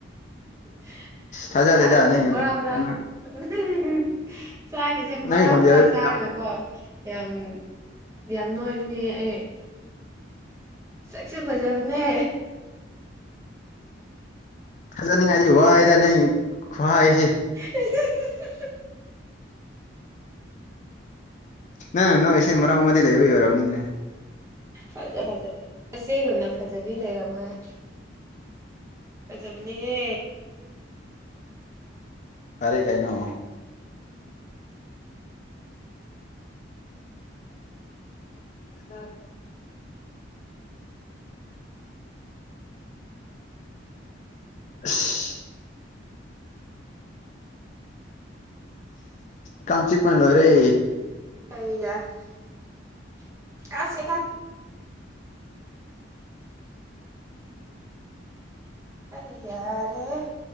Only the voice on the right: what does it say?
<unintelligible>
ꯕꯣꯔꯕꯣꯔ
<unintelligible> ꯆꯥꯛꯀꯁꯦ ꯕꯣꯔꯥ
ꯕꯣꯔꯥ ꯆꯥꯔꯒꯀꯣ꯫
ꯌꯥꯝ ꯌꯥꯝ ꯅꯣꯏꯕꯅꯦ ꯑꯩ꯫ ꯁꯛꯁꯨ ꯐꯖꯕꯅꯦ
ꯎ <unintelligible>
ꯐꯖ ꯐꯖ ꯃꯆꯦꯒꯨꯝꯅ ꯐꯖꯕꯤ ꯂꯩꯔꯝꯃꯣꯏꯍꯦ꯫ ꯐꯥꯖꯕꯅꯤ ꯍꯦ꯫
ꯑꯩꯅ <unintelligible> ꯑꯩ ꯌꯥꯔꯦꯍꯦ